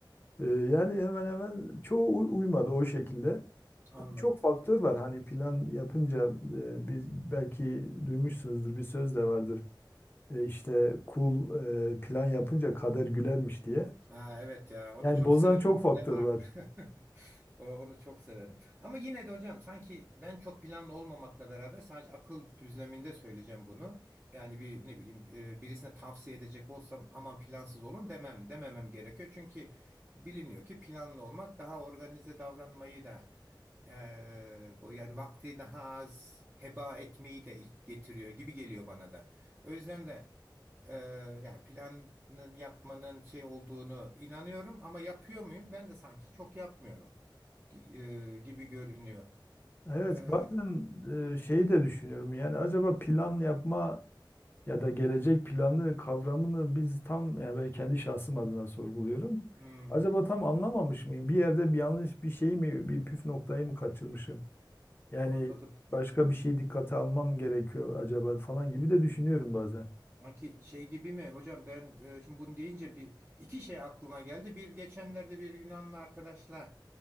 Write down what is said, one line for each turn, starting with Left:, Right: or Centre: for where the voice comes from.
Left: Ee, yani hemen hemen çoğu uy- uymadı o şekilde.
Right: Anladım.
Left: Tabii çok faktör var hani plan yapınca e, bir, belki duymuşsunuzdur bir söz de vardır. E, işte kul e, plan yapınca kader gülermiş diye.
Right: Ha, evet ya
Left: Yani
Right: onu çok
Left: bozan
Right: severim.
Left: çok
Right: Onu
Left: faktör
Right: da farklı.
Left: var.
Right: <laughs> O- Onu çok severim. Ama yine de hocam sanki ben çok planlı olmamakla beraber sadece akıl düzleminde söyleyeceğim bunu. Yani bir ne bileyim e, birisine tavsiye edecek olsam aman plansız olun demem dememem gerekiyor. Çünkü biliniyor ki planlı olmak daha organize davranmayı da Eee, bu yani vaktini haz, heba etmeyi de getiriyor gibi geliyor bana da. O yüzden de eee, yani planın yapmanın şey olduğunu inanıyorum ama yapıyor muyum? Ben de sanki çok yapmıyorum gi- eee, gibi görünüyor.
Left: Evet,
Right: Eee,
Left: bazen e, şeyi de düşünüyorum. Yani acaba plan yapma ya da gelecek planı kavramını biz tam ya ben kendi şahsım adına sorguluyorum.
Right: hmm,
Left: Acaba tam anlamamış mıyım? Bir yerde bir yanlış bir şey mi, bir püf noktayı mı kaçırmışım? Yani
Right: anladım.
Left: başka bir şey dikkate almam gerekiyor acaba falan gibi de düşünüyorum bazen.
Right: Yani şey gibi mi hocam ben e, şimdi bunu deyince bir iki şey aklıma geldi. Bir geçenlerde bir Yunanlı arkadaşla